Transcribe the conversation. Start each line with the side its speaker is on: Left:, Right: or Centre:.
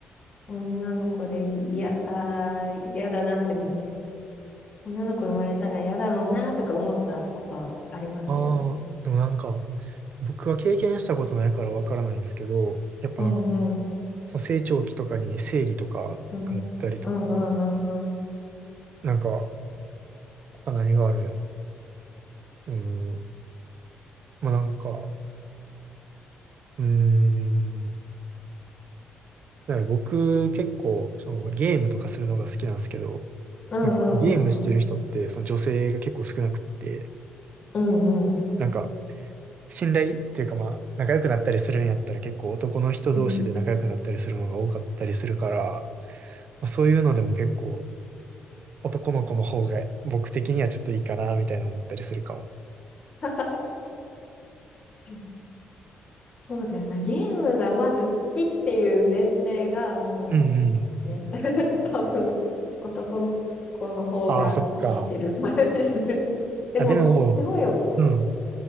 Left: 女の子でいやあー、嫌だなって、女の子生まれたら嫌だろうなとか思ったことあります
Right: ああ、でもなんか、僕は経験したことないからわからないんですけど、やっぱなんか、
Left: うんう
Right: その成長期とかに生理とかがあったりとか、
Left: ん。うんうんうんうん。
Right: なんか、他何があるんやろ。うん、まあなんか、うーん、だから僕結構、そのゲームとかするのが好きなんですけど、
Left: うんうんうんうん。
Right: まあ、結構ゲームしてる人って、その女性が結構少なくって、
Left: うんうん
Right: なんか、信頼っていうかまあ、仲良くなったりするんやったら結構男の人同士で仲良くなったりするのが多かったりするから、
Left: うん。
Right: まあ、そういうのでも結構男の子の方が僕的にはちょっといいかなみたいな思ったりするかも。
Left: <laughs> 確かに。そうだよな。ゲームがまず好きっていう前提がも
Right: うんうん。
Left: うね、<laughs> 多分男の子の方が適してる感じする。
Right: ああ、そっか。
Left: でも、
Right: あ、でも、
Left: すごい、
Right: うん。